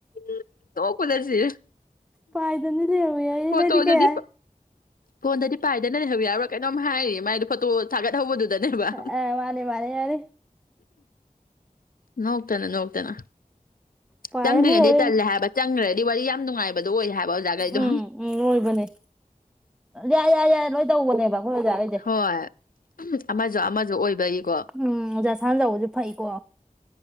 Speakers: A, on the left; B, in the centre.
A: ꯎ ꯇꯣꯛꯂꯁꯤ
B: ꯄꯥꯏꯗꯅ ꯂꯩꯍꯧꯋꯦ ꯑꯩ
A: ꯐꯣꯇꯣꯗꯗꯤ
B: ꯅꯣꯏꯗꯤ ꯀꯩ ꯍꯥꯏ
A: ꯐꯣꯟꯗꯗꯤ ꯄꯥꯏꯗꯅ ꯂꯩꯍꯧ ꯌꯥꯎ ꯀꯩꯅꯣꯝ ꯍꯥꯏꯔꯤꯌꯦ ꯃꯥꯏ ꯐꯣꯇꯣ ꯊꯥꯒꯠꯍꯧꯕꯗꯨ ꯕ
B: ꯑ ꯃꯥꯅꯦ ꯃꯥꯅꯦ ꯌꯥꯔꯦ
A: ꯅ ꯍꯇꯦꯅ ꯅꯣꯛꯇꯅ
B: ꯄꯥꯏꯅꯦ
A: ꯆꯪꯗ꯭ꯔꯤꯉꯩꯗꯤ
B: ꯑꯣ
A: ꯇꯜꯂꯦ ꯍꯥꯏꯕ ꯆꯪꯈ꯭ꯔꯗꯤ ꯋꯥꯔꯤ ꯌꯥꯝ ꯅꯨꯡꯉꯥꯏꯕꯗꯨꯣ ꯑꯣꯏꯔꯦ ꯍꯥꯏꯕ ꯑꯣꯖꯥꯈꯩꯗꯣ
B: ꯎꯝ ꯎꯝ ꯂꯣꯏꯕꯅꯦ ꯌꯥꯏ ꯌꯥꯏ ꯌꯥꯏ ꯅꯣꯏ ꯇꯧꯕꯅꯦꯕ ꯍꯣꯏ ꯑꯣꯖꯥ ꯑꯣꯏꯁꯦ
A: ꯍꯣꯏ ꯑꯃꯁꯨ ꯑꯃꯁꯨ ꯑꯣꯏꯕꯒꯤꯀꯣ
B: ꯎ ꯎꯝ ꯑꯣꯖꯥ ꯁꯥꯟꯖꯧꯕꯁꯨ ꯐꯩꯀꯣ